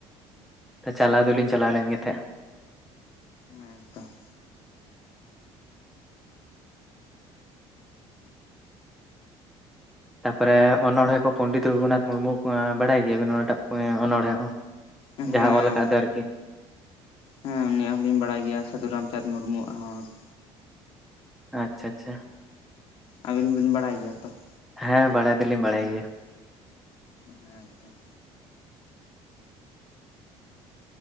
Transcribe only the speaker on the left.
ᱦᱮᱸ ᱛᱚ ᱾
ᱦᱮᱸ
ᱦᱮᱸ ᱩᱱᱤᱭᱟᱜ ᱦᱚᱸᱞᱤᱧ ᱵᱟᱲᱟᱭ ᱜᱮᱭᱟ ᱥᱟᱹᱫᱷᱩ ᱨᱟᱢᱪᱟᱸᱫᱽ ᱢᱩᱨᱢᱩ ᱣᱟᱜ ᱦᱚᱸ ᱾
ᱟᱹᱵᱤᱱ ᱵᱤᱱ ᱵᱟᱲᱟᱭ ᱜᱮᱭᱟ ᱛᱚ ᱾
ᱦᱮᱸ ᱛᱚ ᱾